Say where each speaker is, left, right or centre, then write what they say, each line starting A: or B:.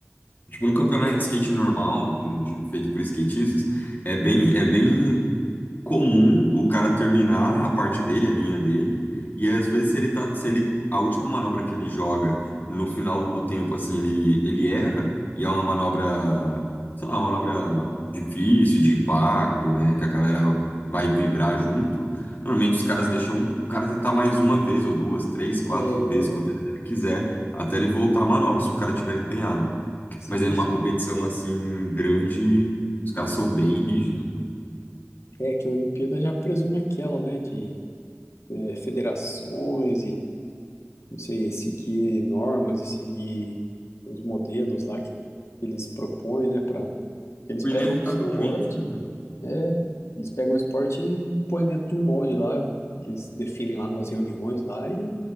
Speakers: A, on the left (about 40°); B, on the left (about 70°).
A: tipo, no campeonato de skate normal, de, de- feito por skatistas, é bem, é bem comum o cara terminar a parte dele, a linha dele, e às vezes se ele tá, se ele, a última manobra que ele joga no final do tempo, assim, ele, ele erra, e é uma manobra, sei lá, uma manobra difícil, de impacto, né, que a galera vai vibrar junto, normalmente os caras deixam um, o cara tentar mais uma vez, ou duas, três, quatro
B: É,
A: vezes, quanto ele quiser, até ele voltar a manobra, se o cara tiver empenhado.
B: sim,
A: Mas aí numa
B: sim.
A: competição, assim, grande, os caras são bem rígidos, né.
B: É que a Olimpíada já presume aquela, né, de é, federações e, não sei, seguir normas e seguir os modelos lá que eles propõem, né, para eles pegam
A: Inevitavelmente,
B: o suporte
A: né, mano?
B: É, eles pegam o esporte e põem dentro de um molde lá, que eles definem lá nas reuniões lá e